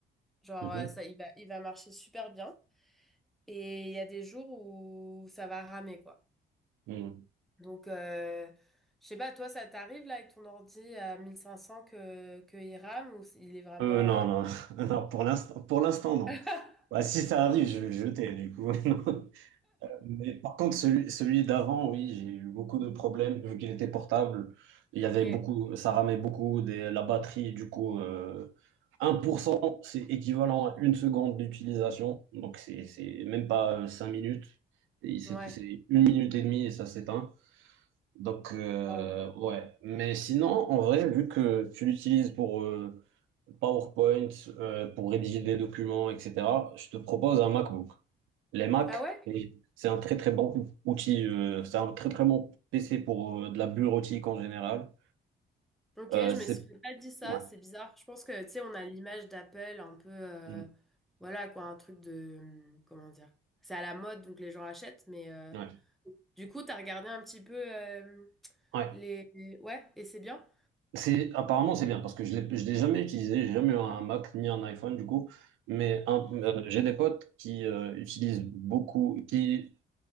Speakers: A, in the centre; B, on the right.
A: genre
B: Mhm.
A: euh, ça, il va, il va marcher super bien, et il y a des jours où ça va ramer, quoi.
B: Mhm.
A: Donc, euh, je sais pas, toi, ça t'arrive là avec ton ordi à 1500 que, que il rame ou il est vraiment...
B: Euh, non,
A: euh,
B: non, <laughs> non, pour l'instant, pour l'instant, non.
A: <laughs>
B: Bah, si ça arrive, je vais le jeter, du coup. <laughs> Mais par contre, celui, celui d'avant, oui, j'ai eu beaucoup de problèmes vu qu'il était portable. Il
A: Ok,
B: y avait beaucoup, ça ramait beaucoup des, la batterie. Du coup, euh, un pour cent, c'est équivalent à une seconde d'utilisation. Donc, c'est c'est même pas euh, 5 minutes. Et C'est
A: ouais.
B: c'est une minute et demie et ça s'éteint. Donc, euh,
A: Wow.
B: ouais. Mais sinon, en vrai, vu que tu l'utilises pour euh, PowerPoint, euh, pour rédiger des documents, etc., je te propose un MacBook. Les Mac,
A: Ah ouais?
B: et c'est un très très bon outil, euh, c'est un très très bon PC pour euh, de la bureautique en général.
A: Ok,
B: Euh,
A: je
B: c'est
A: me serais pas dit ça,
B: ouais,
A: c'est bizarre. Je pense que, tu sais, on a l'image d'Apple un peu, euh,
B: Mm.
A: voilà quoi, un truc de, hum, comment dire, c'est à la mode, donc les gens achètent, mais euh,
B: ouais,
A: du coup, t'as regardé un petit peu euh,
B: ouais.
A: les... les- Ouais, et c'est bien?
B: C'est apparemment c'est bien parce que je l'ai je l'ai jamais utilisé, j'ai jamais eu un Mac ni un iPhone du coup, mais un- euh, j'ai des potes qui euh, utilisent beaucoup, qui